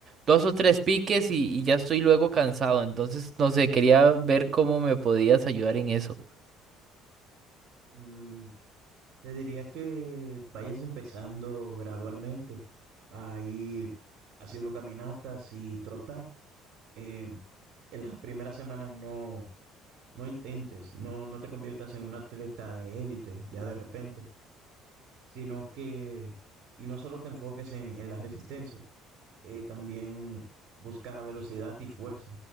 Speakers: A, on the right (about 45°); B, on the right (about 60°).
A: dos o tres piques y, y ya estoy luego cansado. Entonces, no sé, quería ver cómo me podías ayudar en eso.
B: Mm, te diría que vayas empezando gradualmente a ir haciendo caminatas y trotar. Eh, en las primeras semanas no, no intentes, no, no te conviertas en un atleta de élite ya de repente. sino que, y no solo te enfoques en, en la resistencia, eh, también busca velocidad y fuerza,